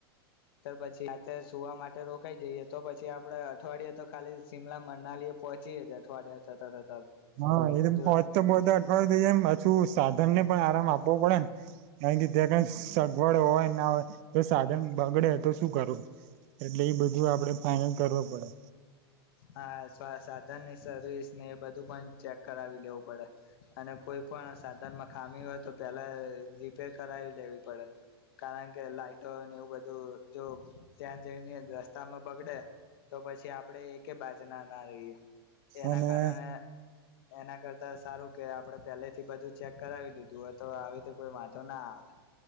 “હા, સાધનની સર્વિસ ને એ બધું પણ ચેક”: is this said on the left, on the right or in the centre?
Left